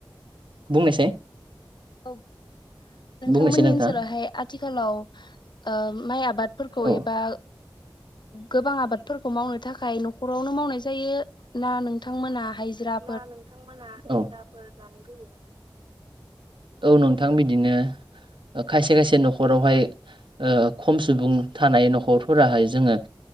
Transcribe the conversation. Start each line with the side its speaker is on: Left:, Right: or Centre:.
Right: बुंनायसाय।
Left: औ। नोंथांमोननि
Right: बुंनायसाय नोंथाङा
Left: ओनसोलावहाय आथिखालाव ओ माइ आबादफोरखौ
Right: औ
Left: एबा गोबां आबादफोरखौ मावनो थाखाय नखरावनो मावनाय जायो ना नोंथांमोना हाइजिरा
Right: ना नोंथां मोना हाजिराफोर लानाय जायो? औ औ नोंथां बिदिनो। ओ खायसे खायसे नखरावहाय ओ खम सुबुं थानाय नखरफोराहाय जोङो